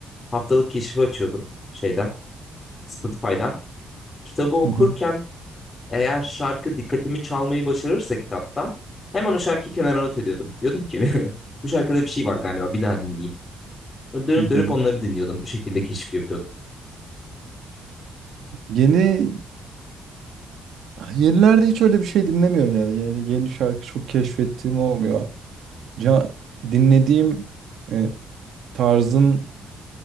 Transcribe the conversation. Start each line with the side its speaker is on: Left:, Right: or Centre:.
Left: Haftalık keşif açıyordum şeyden, Spotify'dan. Kitabı okurken
Right: Hı hı.
Left: eğer şarkı dikkatimi çalmayı başarırsa kitaptan hemen o şarkıyı kenara not ediyordum. Diyordum ki <laughs> bu şarkıda bir şey var galiba bir daha dinleyeyim. Ve Dönüp
Right: Hı hı.
Left: dönüp onları dinliyordum. Bu şekilde keşif yapıyordum.
Right: Yeni yenilerde hiç öyle bir şey dinlemiyorum yani. Yeni, yeni şarkı çok keşfettiğim olmuyor. Ca- dinlediğim e, tarzın